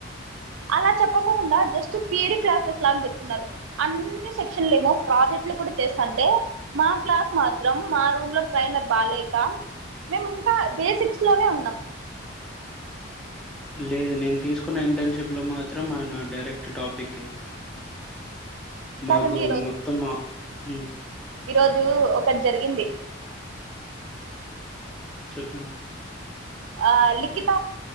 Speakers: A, on the right (about 75°); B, in the centre.
A: అలా చెప్పకోకుండా జస్ట్ థియరీ క్లాసెస్ లాగా చెప్తున్నారు అన్ని సెక్షన్లు ఏమో ప్రాజెక్ట్లు కూడా చేస్తాంటే మా క్లాస్ మాత్రం మా రూమ్ లో ట్రైనర్ బాలేక మేము ఇంకా బేసిక్స్ లోనే ఉన్నాం
B: లేదు నేను తీసుకున్న ఇంటర్న్షప్ లో మాత్రం మన డైరెక్ట్ టాపికే మాకు
A: కాదండి
B: మొత్తం హ్మ్
A: ఈ రోజు ఒకటి జరిగింది
B: చెప్పండి
A: ఆ లిఖిత